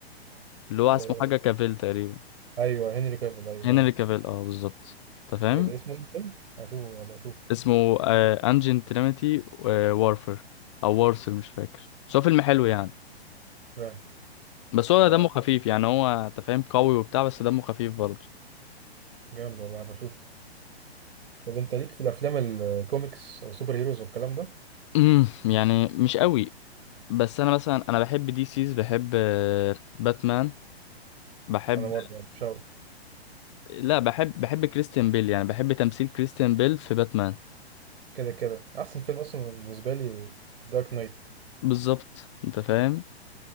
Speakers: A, on the left; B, on the right.
A: اللي هو
B: آه،
A: اسمه حاجه كافيل تقريبا
B: ايوه هنري كافيل ايوه
A: هنري
B: عارف
A: كافيل اه بالظبط انت فاهم
B: آه، اسمه ايه الفيلم؟ هشوفه أبقى اشوفه
A: اسمه انجن تيليمتي وارفر او وارسل مش فاكر بس هو فيلم حلو يعني
B: فاهم
A: بس هو
B: آه،
A: دمه خفيف يعني هو انت فاهم قوي وبتاع بس دمه خفيف برضه
B: جامد والله بشوف طب انت ليك في الافلام الكوميكس او سوبر هيروز والكلام ده
A: امم يعني مش قوي بس انا مثلا انا بحب دي سيز بحب آه، باتمان بحب
B: انا برضه مش
A: لا بحب بحب كريستيان بيل يعني بحب تمثيل كريستيان بيل في باتمان
B: كده كده احسن فيلم اصلا بالنسبه لي دارك نايت
A: بالظبط انت فاهم